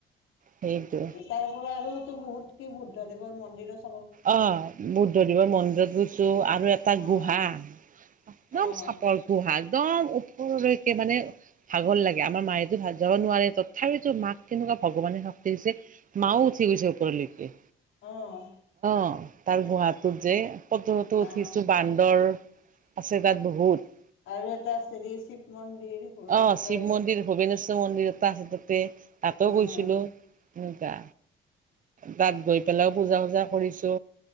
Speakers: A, on the right; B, on the left.
A: সেইটো।
B: তাৰ পৰা আৰুতো বহুত কি, বুদ্ধ দেৱৰ মন্দিৰ আছে।
A: অ' বুদ্ধদেৱৰ মন্দিৰত গৈছো আৰু এটা
B: অ',
A: গুহা একদম
B: অ',
A: চাপৰ গুহা একদম ওপৰলৈকে মানে ভাগৰ লাগে। আমাৰ মায়েতো যাব নোৱাৰে, তথাপিতো মাক কেনেকুৱা ভগৱানে শক্তি দিছে, মাও উঠি গৈছে ওপৰলৈকে।
B: অ',
A: অ' তাৰ গুহাটোত যে ফটো টোটো উঠিছো,
B: অ',
A: বান্দৰ আছে তাত বহুত।
B: আৰু এটা আছে হেৰি শিৱ মন্দিৰ। ভূৱনেশ্বৰ
A: অ' শিৱ মন্দিৰ, ভূৱনেশ্বৰ মন্দিৰ এটা আছে তাতে তাতো
B: অ',
A: গৈছিলো সেনেকা তাত গৈ পেলাইও, পূজা-সূজা কৰিছো